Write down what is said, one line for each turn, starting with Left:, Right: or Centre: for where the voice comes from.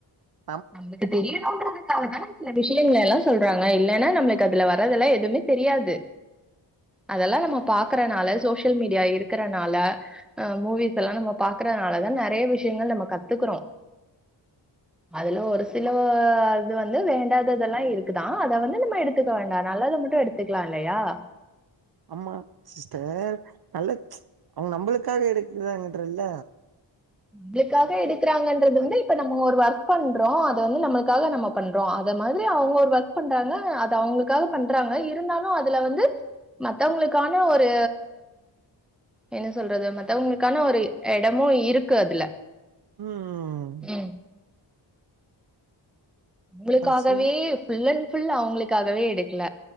Right: து
Centre: நமக்கு தெரியணும்றாதுக்காக தான சில விஷயங்கள எல்லாம் சொல்றாங்க இல்லைன்னா நம்மளு அதுல வர்றதெல்லாம் எதுவுமே தெரியாது அதெல்லாம் நம்ம பாக்குறனால சோசியல் மீடியா இருக்கறனால அஹ மூவிஸ் எல்லாம் நம்ம பாக்குறதுனாலதான் நிறைய விஷயங்கள் நம்ம கத்துக்கறோம் அதுல ஒரு சில அது வந்து வேண்டாததெல்லாம் இருக்குதான் அத வந்து நம்ம எடுத்துக்க வேண்டாம் நல்லத மட்டும் எடுத்துக்கலாம் இல்லையா
Right: ஆமா சிஸ்டர் நல்ல அவங்க நம்மளுக்காக எடுக்கிறாங்கன்றல
Centre: உங்களுக்காக எடுக்கிறாங்கன்றது வந்து இப்ப நம்ம ஒரு ஒர்க் பண்றோம் அது வந்து நம்மளுக்காக நம்ம பண்றோம் அ மாதிரி அவங்க ஒரு ஒர்க் பண்றாங்க அது அவங்களுக்காக பண்றாங்க இருந்தாலும் அதுல வந்து மத்தவங்களுக்கான ஒரு என்ன சொல்றது மத்தவுங்களுக்கான ஒரு இடமும் இருக் க்கு அதுல
Right: உம்ம்
Centre: ம். உங்களுக்காகவே
Right: தாசி
Centre: ஃபுல் அண் ஃபுல் அவங்களுக்காகவே எடுக்கல